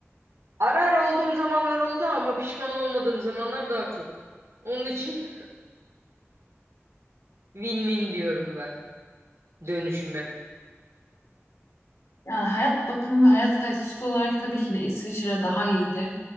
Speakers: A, on the right (about 75°); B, on the left (about 80°).
A: Ara ara olduğum zamanlar oldu ama pişman olmadığım zamanlar daha çok. Onun için <laughs> win-win diyorum ben. dönüşüme.
B: Yani hayat bakımı ve hayat kalitesi olarak tabii ki de İsviçre daha iyidir.